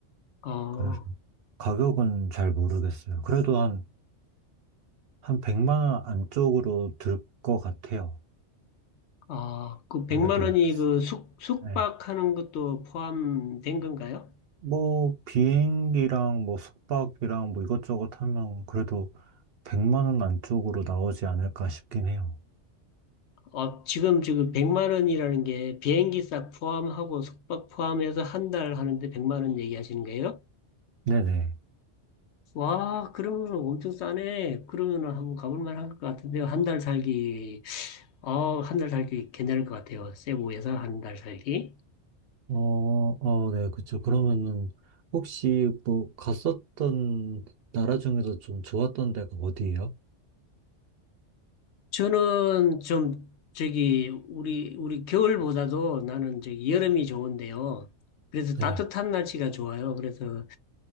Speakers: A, on the left; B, on the right.
A: 어,
B: 그래서 가격은 잘 모르겠어요. 그래도 한, 한 100만 원 안쪽으로 들 것 같아요.
A: 아, 그 100만
B: 그래도
A: 원이 그 숙, 숙박하는
B: 네.
A: 것도 포함된 건가요?
B: 뭐, 비행기랑 뭐 숙박이랑 뭐 이것저것 하면 그래도 100만 원 안쪽으로 나오지 않을까 싶긴 해요.
A: 어, 지금 지금 100만 원이라는 게 비행기 싹 포함하고 숙박 포함해서 한 달 하는데 100만 원 얘기하시는 거예요?
B: 네네.
A: 와, 그러면 엄청 싸네. 그러면 한번 가볼 만할 것 같은데요. 한 달 살기, 어, 한 달 살기 괜찮을 것 같아요. 세부 예상 한 달 살기.
B: 어, 어, 네, 그쵸. 그러면은 혹시 뭐 갔었던 나라 중에서 좀 좋았던 데가 어디예요?
A: 저는 좀 저기 우리 우리 겨울보다도 나는 저기 여름이 좋은데요. 그래서
B: 네,
A: 따뜻한 날씨가 좋아요. 그래서